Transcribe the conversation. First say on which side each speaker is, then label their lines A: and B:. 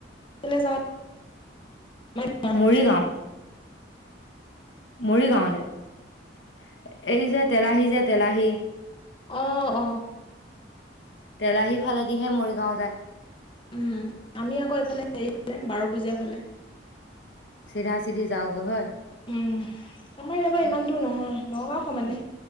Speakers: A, on the left (about 25°); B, on the left (about 80°).
A: <unintelligible> অ',
B: মৰিগাঁও মৰিগাঁৱলৈ এই যে তেলাহি যে তেলাহি
A: অ অ
B: তেলাহী ফালেদিহে মৰিগাঁও যায়
A: উম, আমি আকৌ এইফালে হেৰিলে বাৰ পূজীয়া ফালে
B: চিধা চিধি যাওঁগৈ হয়
A: উম আমাৰ ইয়াৰ পৰা ইমান দূৰ নহয় নগাঁও সমানে